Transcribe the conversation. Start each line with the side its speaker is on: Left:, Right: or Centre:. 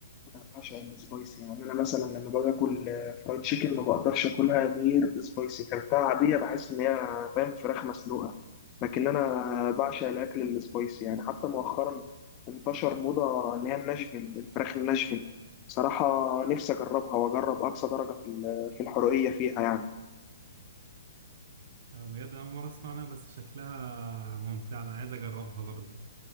Left: أنا بعشق السبايسي يعني أنا مثلا لما باجي آكل آه، فرايد تشيكن ما بقدرش آكلها غير سبايسي كلتها عادية بحس إن هي فاهم فراخ مسلوقة لكن أنا بعشق الأكل السبايسي يعني حتى مؤخرا انتشر موضة اللي هي الناشفيل الفراخ الناشفيل بصراحة نفسي أجربها وأجرب أقصى درجة في ال- في الحرقية فيها يعني
Right: آه، بجد انا اول مره اسمع عنها بس شكلها ممتع انا عايز اجربها برضه